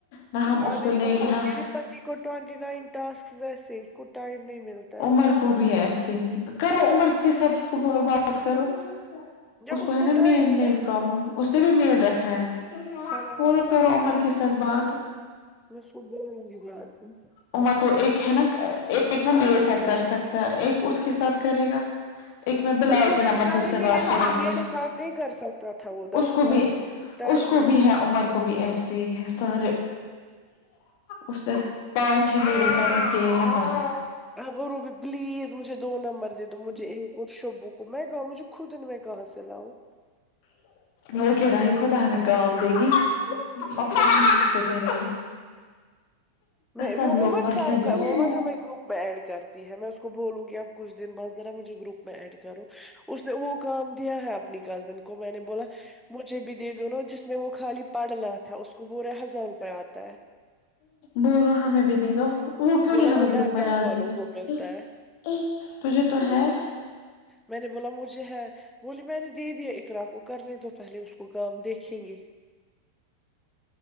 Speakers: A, on the left; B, in the centre.
A: نہ
B: اب
A: ہم اس
B: آنے
A: کو
B: چاہیے
A: لیں گے نہ
B: میرے پتی کو ٹوینٹی نائن ٹاسک جیسے اس کو ٹائم نہیں ملتا ہے
A: عمر کو بھی ہے ایسے ہی کرو عمر کے ساتھ اس کو بولو بات کرو
B: جب
A: اس کو ہے نا میل
B: ٹائم ہی
A: میل
B: نہیں
A: پرابلم اس نے بھی میل رکھا ہے
B: ہاں
A: فولو کرو عمر کے ساتھ بات
B: میں اسکو بولنگی بعد میں
A: عمر کو ایک ہے نا ایک وہ میرے ساتھ کر سکتا ہے ایک اس کے ساتھ کرے گا ایک میں بلال
B: اس کو
A: کے
B: جب
A: نمبر
B: ٹائم
A: سے اس سے
B: ہی
A: بات
B: نہیں
A: کروں
B: نے میرے
A: گی
B: ساتھ نہیں کر سکتا تھا وہ دس
A: اس کو
B: کال
A: بھی
B: اس کو ٹائم
A: اس کو
B: ہی نہیں
A: بھی ہے عمر کو بھی ایسے ہے سارے اس نے پانچ ہی میرے سات کیے ہیں بس
B: اب روبی پلیز مجھے دو نمبر دے دو مجھے ایک اور شبو کو میں گاؤ مجھے خود میں کہاں سے لاوں
A: وہ کہ رہا خدا ہمیں کام دے گی <unintelligible> سے کریں گے
B: میں
A: سب
B: وہ
A: لوگ
B: مت
A: مطلبی
B: سرک وہ
A: ہیں
B: مت ہم گروپ میں ایڈ کرتی ہے میں اس کو بولوں گی اب کچھ دن بعد ذرا مجھے گروپ میں ایڈ کروں اس نے وہ کام دیا ہے اپنی کزن کو میں نے بولا مجھے بھی دے دو نہ جس میں وہ خالی پڑھنا تھا اس کو ب رہے ہزار روپے آتا ہے
A: بولو ہمیں بھی دے دو وہ کیوں
B: بولا
A: نہیں ہمیں
B: وہ لیپ
A: گروپ میں
B: ٹاپ
A: ڈالتی
B: والوں
A: ہے
B: کو ملتا
A: تجھے تو ہے
B: میں نے بولا مجھے ہے بولی میں نے دے دیا اقرا کو کرنے دو پہلے اس کو کام دیکھیں گے